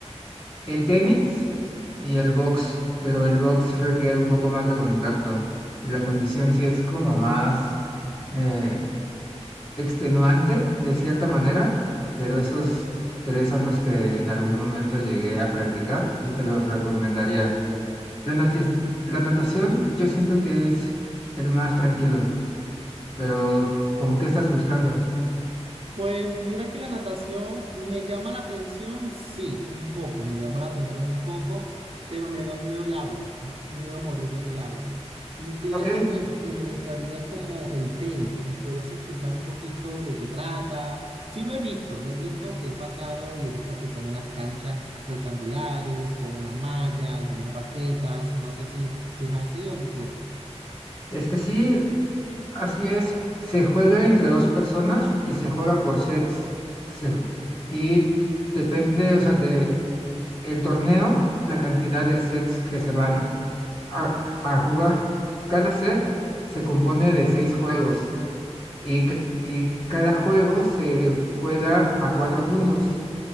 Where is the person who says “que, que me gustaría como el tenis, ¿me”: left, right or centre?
Right